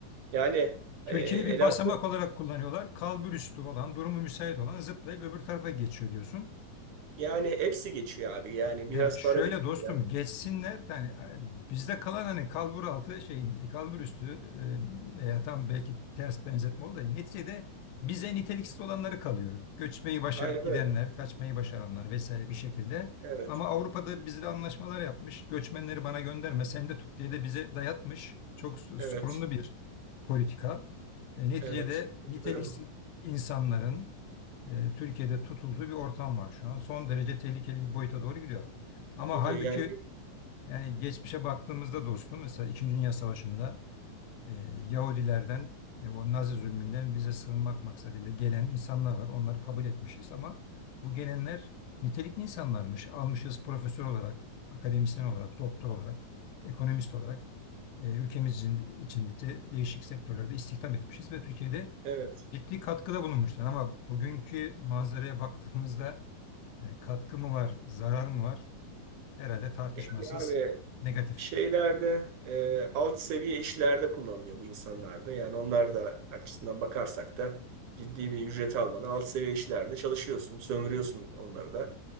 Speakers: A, on the right; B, on the left.
A: Yani
B: Türkiye'yi
A: e, eleman
B: bir basamak olarak kullanıyorlar. Kalburüstü olan, durumu müsait olan zıplayıp öbür tarafa geçiyor diyorsun.
A: yani hepsi geçiyor abi. Yani
B: Ya
A: biraz
B: şöyle
A: para biriktiren.
B: dostum geçsinler yani e, bizde kalan hani kalbur altı şey kalbur üstü e, veya tam belki ters benzetme oldu da neticede bize niteliksiz olanları kalıyor. Göçmeyi başarıp
A: Aynen
B: gidenler,
A: öyle.
B: kaçmayı başaranlar vesaire bir şekilde.
A: Evet,
B: Ama Avrupa'da bizle anlaşmalar yapmış. Göçmenleri bana gönderme sen de tut diye de bize dayatmış. Çok s-
A: evet,
B: sorunlu bir politika. E, neticede
A: evet.
B: niteliksiz
A: Katılıyorum.
B: insanların e, Türkiye'de tutulduğu bir ortam var şu an. Son derece tehlikeli bir boyuta doğru gidiyor. Ama
A: Gidiyor
B: halbuki
A: yani.
B: yani geçmişe baktığımızda dostum mesela İkinci Dünya Savaşı'nda e, Yahudilerden e, o Nazi zulmünden bize sığınmak maksadıyla gelen insanlar var. Onları kabul etmişiz ama bu gelenler nitelikli insanlarmış. Almışız profesör olarak, akademisyen olarak, doktor olarak, ekonomist olarak e, ülkemizin içinde de değişik sektörlerde istihdam etmişiz ve Türkiye'de
A: Evet.
B: ciddi katkıda bulunmuşlar. Ama bugünkü manzaraya baktığımızda e, katkı mı var, zarar mı var? Herhalde tartışmasız
A: Yani abi
B: negatif.
A: şeylerde e, alt seviye işlerde kullanılıyor bu insanlarda. Yani onlar da açısından bakarsak da ciddi bir ücret almadan alt seviye işlerde çalışıyorsun, sömürüyorsun onları da.